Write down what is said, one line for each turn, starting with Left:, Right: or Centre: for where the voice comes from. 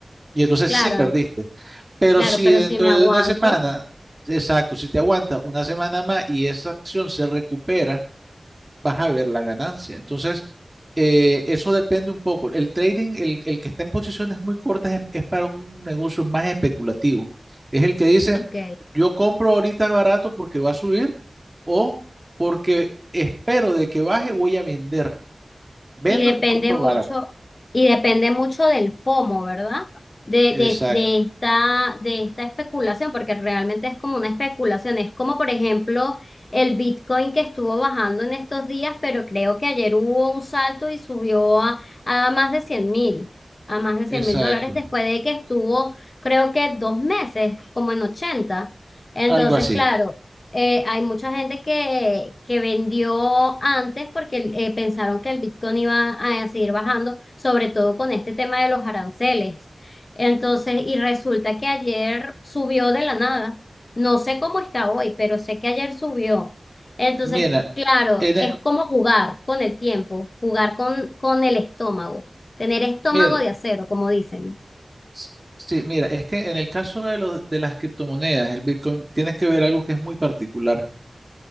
Right: Y entonces
Left: claro,
Right: sí perdiste. Pero
Left: claro,
Right: si
Left: pero
Right: dentro
Left: si me
Right: de
Left: aguanto,
Right: una semana, exacto, si te aguanta una semana más y esa acción se recupera, vas a ver la ganancia. Entonces, eh, eso depende un poco. El trading, el, el que está en posiciones muy cortas es, es para un negocio más especulativo. Es el que dice,
Left: ok.
Right: yo compro ahorita barato porque va a subir o porque espero de que baje, voy a vender. Vendo
Left: Y depende
Right: y compro
Left: mucho,
Right: barato.
Left: y depende mucho del FOMO, ¿verdad? De,
Right: Exacto,
Left: de, de esta, de esta especulación, porque realmente es como una especulación. Es como, por ejemplo, el Bitcoin que estuvo bajando en estos días, pero creo que ayer hubo un salto y subió a, a más de cien mil, a más de cien
Right: exacto.
Left: mil dólares después de que estuvo, creo que dos meses, como en ochenta Entonces,
Right: Algo así.
Left: claro, eh, hay mucha gente que, que vendió antes porque eh, pensaron que el Bitcoin iba a seguir bajando, sobre todo con este tema de los aranceles. Entonces, y resulta que ayer subió de la nada. No sé cómo está hoy, pero sé que ayer subió. Entonces,
Right: Mira,
Left: claro,
Right: en
Left: es
Right: e-
Left: como jugar con el tiempo, jugar con, con el estómago, tener estómago
Right: mira,
Left: de acero, como dicen.
Right: s- sí, mira, es que en el caso de los, de las criptomonedas, el Bitcoin, tienes que ver algo que es muy particular.